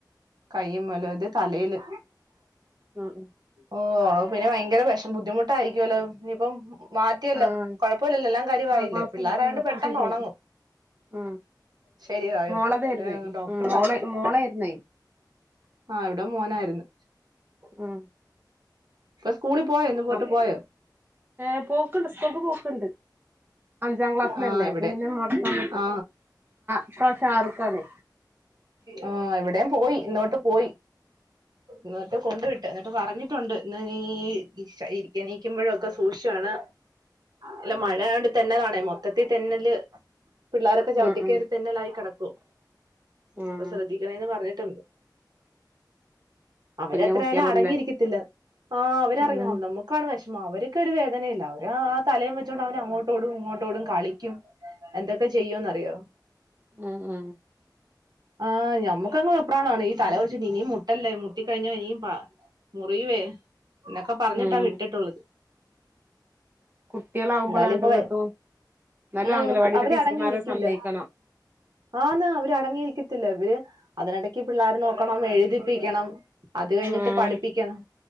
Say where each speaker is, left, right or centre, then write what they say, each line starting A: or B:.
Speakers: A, on the right (about 65°); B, on the right (about 25°).
A: കയ്യുമ്മൽ അത് തലയില്
B: ഉം ഉം
A: ഓ ആണോ പിന്നെ ഭയങ്കര വിഷം ബുദ്ധിമുട്ടായിരിക്കുവല്ലോ ഇനിയിപ്പം മാറ്റിയല്ലോ
B: ആഹ്
A: കുഴപ്പമില്ലല്ലോ എല്ലാം കരുവായില്ലേ
B: ആഹ് കൊഴപ്പല്ല
A: പിള്ളേർായണ്ട്
B: ആഹ് ഇപ്പൊ
A: പെട്ടെന്ന്
B: ശരിയായി
A: ഉണങ്ങും
B: ഉം
A: ശരിയായും
B: മോളതായിരുന്നേ
A: ഡോക്ടറും
B: ഉം മോളെ
A: പറ
B: മോളായിരുന്നേ
A: ആഹ് ഇവിടെ മോനായിരുന്നു
B: ഉം
A: ഇപ്പൊ സ്കൂളിൽ പോയോ ഇന്ന് പോയിട്ട്
B: അ
A: പോയോ
B: ഏർ പോക്കണ്ട് സ്കൂൾക്ക് പോക്ക്‌ണ്ട് അഞ്ചാം ക്ലാസ്സിലല്ലേ
A: ആ ഇവിടെ
B: അപ്പൊ പിന്നെ മുടക്കാൻ
A: ആ
B: ഇപ്രാവശ്യ ആർക്കണ്
A: ആഹ് എവിടെയും പോയി ഇന്നോട്ട് പോയി ങ്ങട്ട് കൊണ്ട് വിട്ട് എന്നിട്ട് പറഞ്ഞ് ണ്ട് നീ ഇരിക്കണീക്കുമ്പോഴ ഒക്കെ സൂക്ഷച്ചാണ് അല്ല
B: ഉം
A: മഴയോണ്ട് തെന്നലാണേ മൊത്തത്തി തെന്നല് പിള്ളോരൊക്കെ ചവിട്ടിക്കയറി
B: ഉം ഉം
A: തന്നെല്ലായി കിടക്കും
B: ഉം
A: അപ്പൊ ശ്രദ്ധ ന്ന് പറഞ്ഞിട്ടുണ്ട് അവര്ത്രയാലും
B: കുഞ്ഞു കുട്ടികളല്ലേ
A: അടങ്ങിയിരിക്കത്തില്ല ആഹ് അവര്അറിയാം
B: അതന്നെ
A: വോ നമ്മുക്ക് കാണ വിഷമോ അവർക്കൊ വേദനയില്ല അവര് ആ തലയും വെച്ചുകോണ്ട് അവന് അങ്ങോട്ടോടും ഇങ്ങോട്ടോടും കളിക്കും എന്തൊക്കെ ചെയ്യോന്ന്റിയോ
B: ആഹ് ആഹ്
A: ആഹ്ഞമുക്കങ്ങ വെപ്രാളം ആണ് ഈല വെച്ചിട്ട് ഇനും മുട്ടല്ലേ മുട്ടിക്കഴിഞ്ഞ ഇനിയും മുറിയുവേ എന്നൊക്കെ പറഞ്ഞിട്ടാ
B: ഉം
A: വിട്ടിട്ടുള്ളത്
B: കുട്ടികളാവുമ്പോൾ
A: എന്താലും
B: ആണ്ടും
A: ഇപ്പൊ
B: ഇങ്ങട്ടും എന്നാലും
A: ഉം
B: അംഗലവാടിത്തെ
A: അവര്
B: ടീച്ചർമാരെ
A: അടങ്ങിയിരിക്കില്ല
B: സമ്മയിക്കണം
A: ആഹ്ന്ന അവര് അടങ്ങിയിരിക്കത്തില്ല ഇവര് അതിനിടയ്ക്ക് പിള്ളേർ നോക്കണം എഴുതി പഠപ്പിക്കണം അത് കഴിഞ്ഞിട്ട്
B: ഉം
A: പഠിപ്പിക്കണം